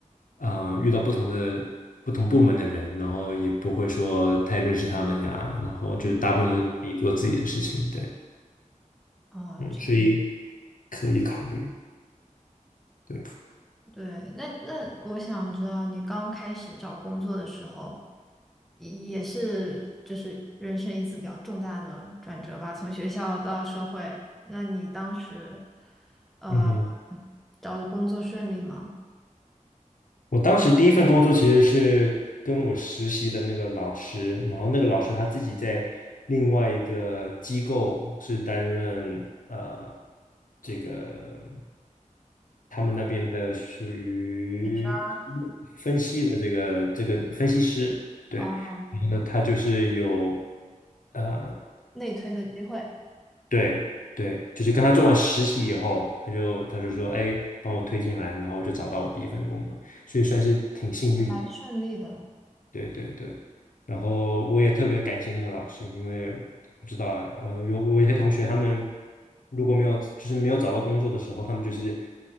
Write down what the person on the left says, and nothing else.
呃遇到不同的不同部门的人，然后也不会说太认识他们呀，然后就大部分都是自己做自己的事情，
对。
嗯，
所以可以考虑。对，
嗯哼，
我当时第一份工作其实是跟我实习的那个老师，然后那个老师他自己在另外一个机构是担任呃这个他们那边的属于
分析的这个这个分析师，对，
然后呢，他就是有呃。
对对，就是跟他做完实习以后，他就他就说，哎，帮我推进来，然后我就找到我第一份工作，所以算是挺幸运的。
对对对，然后我也特别感谢那个老师，因为不知道哎，呃，有我有一些同学他们如果没有就是没有找到工作的时候，他们就是